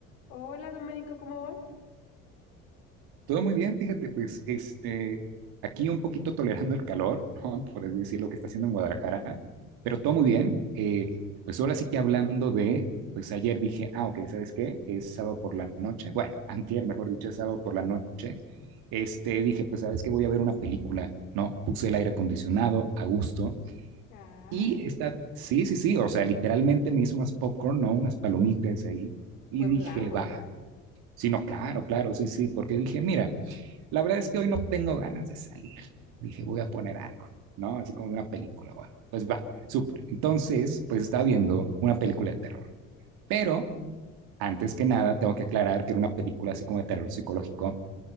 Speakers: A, on the left; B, on the right.
A: Hola, Domenico, ¿cómo vas?
B: Todo muy bien, fíjate, pues este, aquí un poquito tolerando el calor, <laughs> ¿no? Por así decir lo que está haciendo en Guadalajara, pero todo muy bien. Eh, pues ahora sí que hablando de, pues ayer dije, ah, ok, ¿sabes qué? Es sábado por la noche, bueno, <laughs> antier, mejor dicho, es sábado por la noche. Este, dije, pues sabes qué, voy a ver una película, ¿no? Puse el aire acondicionado a gusto
A: Ah,
B: y está, sí, sí, sí, o sea, literalmente me hice unas popcorn, ¿no? Unas palomitas ahí y
A: Buen
B: dije,
A: plan, buen
B: va,
A: plan.
B: sí, no, claro, claro, sí, sí, porque dije, mira, la verdad es que hoy no tengo ganas de salir. Dije, voy a poner algo, ¿no? Así como una película o algo. Pues va, súper. Entonces, pues estaba viendo una película de terror. Pero antes que nada, tengo que aclarar que era una película así como de terror psicológico.